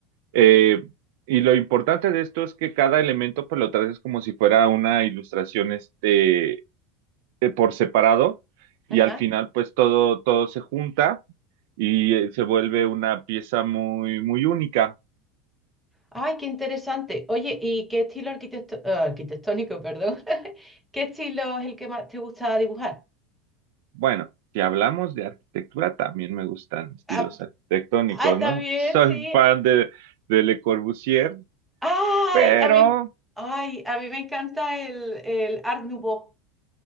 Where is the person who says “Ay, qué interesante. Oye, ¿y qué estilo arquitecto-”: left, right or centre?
Centre